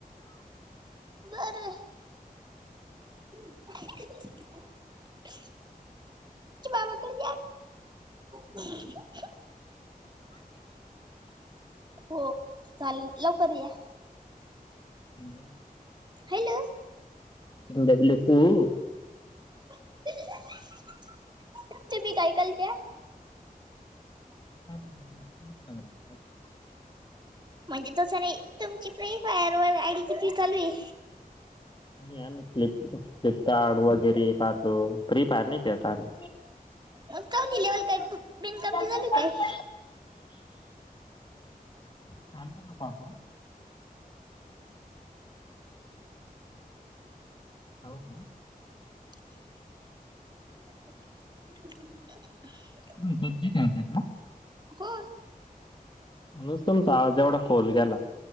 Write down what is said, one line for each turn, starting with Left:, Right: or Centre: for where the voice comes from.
Right: बरं <inaudible> बाबा कडे <unintelligible> हो चाल न लवकर या.
Left: हॅलो
Right: हॅलो
Left: त ब कू <unintelligible>
Right: ब तुम्ही काय कलत्या?
Left: अ <unintelligible>
Right: म्हणजे तसं नाही तुमची फ्री फायर व आईडी किती चालू आहे.
Left: फ्लप फ्लिपकार्ट वगैरे पाहतो फ्री फयर नाही खेळत आम्ही
Right: मग चौथी लेवल काय बिनकाम झाली
Left: ते
Right: काय?
Left: चाांत का पाबा <unintelligible> हो का
Right: <inaudible>
Left: ह पब्जी खेळतात का?
Right: हो
Left: म्हणून तुमचा आवाज एवढा खोल गेला